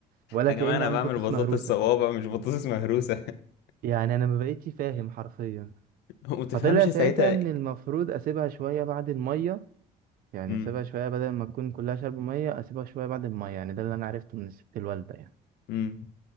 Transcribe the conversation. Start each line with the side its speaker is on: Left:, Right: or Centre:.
Right: ولا
Left: يا
Right: كاني
Left: جماعة انا
Right: عم
Left: بعمل
Right: بطاطس
Left: بطاطس
Right: مهروسه
Left: صوابع مش بطاطس مهروسة <laughs>
Right: يعني انا ما بقيتش فاهم حرفيا
Left: ومتفهمش
Right: فطلع ساعتها
Left: ساعتها
Right: ان المفروض اسيبها شويه بعد الميه يعني
Left: مم.
Right: اسيبها شويه بدل ما تكون كلها شرب ميه اسيبها شويه بعد الميه يعني ده اللي انا عرفته من الست الوالده يعني
Left: مم.